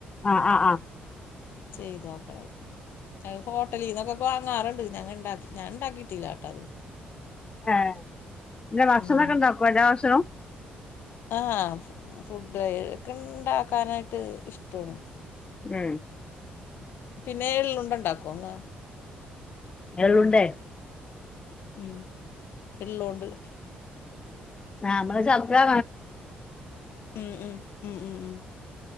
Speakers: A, on the left (about 25°); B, on the left (about 70°).
A: ആ
B: ആഹ്
A: ആ ആ
B: ചെയ്തോക്കണത് അയ് ഹോട്ടലീന്നൊക്കെ വാങ്ങാറുണ്ട് ഞങ്ങള് ണ്ടാക്ക ഞാൻ ഉണ്ടാക്കിയിട്ടില്ലാട്ടത്
A: ആഹ് ജ് ഭക്ഷണോകെ
B: ഉം
A: ഉണ്ടാക്കോ എല്ലാ ഭക്ഷണും
B: ആഹ് ഫുഡ്ക്കെ ഇണ്ടാക്കാനായിട്ട് ഇഷ്ടമാണ്
A: ഉം
B: പിന്നെ എളളുണ്ടണ്ടാക്കോ ന്ന്
A: എള്ളുണ്ടേ
B: ഉം എള്ളോണ്ട്
A: ആ നമ്മള് ചത്കാ
B: ഉം ഉം ഉം ഉം ഉം